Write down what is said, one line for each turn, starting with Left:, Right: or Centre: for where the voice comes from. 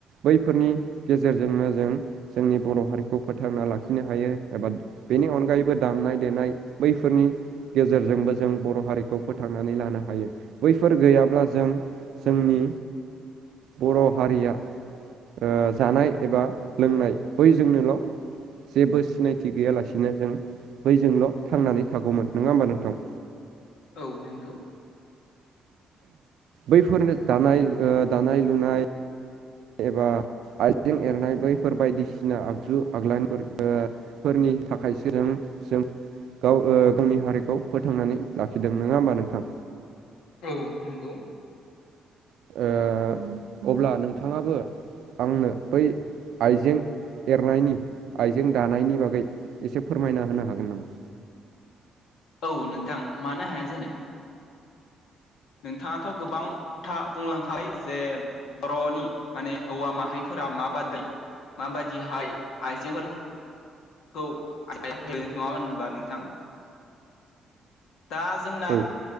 Right: बैफोरनि गेजेरजोंनो जों जोंनि बर' हारिखौ फोथांना लाखिनो हायो एबा बेनि अनगायैबो दामनाय देनाय बैफोरनि गेजेरजोंबो जों बर' हारिखौ फोथांनानै लानो हायो बैफोर गैयाब्ला जों जोंनि बर' हारिया ओ जानाय एबा लोंनाय बैजोंनोल' जेबो सिनायथि गैयालासिनो जों बैजोंल' थांनानै थागौमोन नोङा होमबा नोंथां
Left: औ नंगौ
Right: बैफोरनो दानाय दानाय लुनाय एबा आइजें एरनाय बैफोर बायदिसिना आगजु आग्लानफोरखो फोरनि थाखायसो जों जों गाव ओ गावनि हारिखौ फोथांनानै लाखिदों नोङा होमबा नोंथां
Left: औ नंगौ
Right: ओ अब्ला नोंथाङाबो आंनो बै आइजें एरनायनि आइजें दानायनि बागै एसे फोरमायना होनो हागोन नामा
Left: औ नोंथां मानो हाया जानो नोंथाङा था गोबां खोथा बुंलांखाबाय जे बर'नि माने हौवा माहारिफोरा माबादि माबादिहाय आइजेंफोर खौ <unintelligible> नङा होनबा नोंथां दा जों
Right: औ